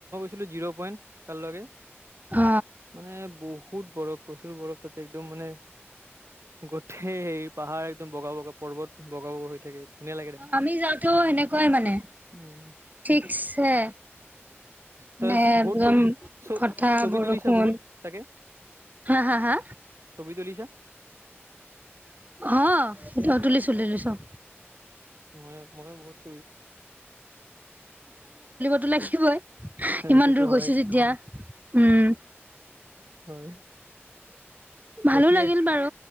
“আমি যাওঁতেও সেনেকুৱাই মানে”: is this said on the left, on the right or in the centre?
Right